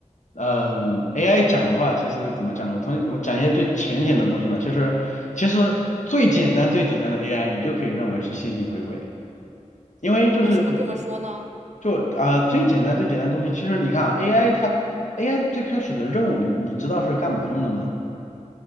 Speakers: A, on the left (about 75°); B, on the right (about 65°).
A: 嗯，AI 讲的话，其实怎么讲呢？我同我讲一些最浅显的东西嘛，其实，其实最简单最简单的 AI，你就可以认为是线性回归，因为就是
B: 为什么这么说呢？
A: 就啊、最简单最简单的东西，其实你看啊，AI 它 AI 最开始的任务你你知道是干嘛用的吗？